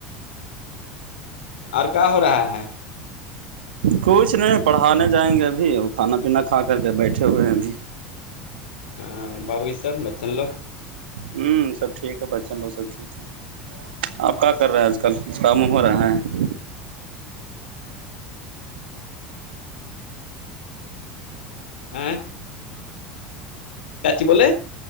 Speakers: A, on the left; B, on the right.
A: اور کیا ہو رہا ہے
B: کچھ نہیں پڑھانے جائیں گے ابھی اور کھانا پینا کھا کر کے بیٹھے ہوئے ہیں بھی
A: ہ بابو جاحب بچن لوگ
B: ہوں سب ٹھیک ہے بچن لو سبٹھیک ہے آپ کیا کر رہے ہیں آج کل کچھ کام ہو رہا ہے
A: ہ <inaudible> کاٹ بول